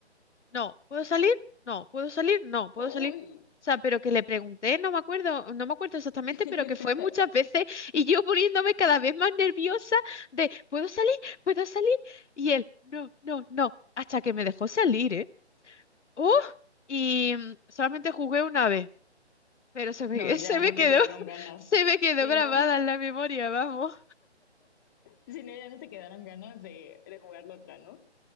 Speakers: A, on the left; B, on the left.
A: No, ¿puedo salir? No, ¿puedo salir? No, ¿puedo
B: Uy.
A: salir? O sea, pero que le pregunté, no me acuerdo, no me acuerdo exactamente,
B: <laughs>
A: pero que fue muchas veces y yo poniéndome cada vez más nerviosa de, ¿puedo salir? ¿Puedo salir? Y él, no, no, no, hasta que me dejó salir, ¿eh? ¡Oh! Y mm, solamente jugué una vez, pero se me,
B: No, ya
A: <laughs> se me
B: no
A: quedó,
B: te quedaron
A: <laughs>
B: ganas.
A: se me quedó
B: Sí,
A: grabada
B: no,
A: en la memoria, vamos.
B: sí, no, ya no te quedaron ganas de, de jugarlo otra, ¿no?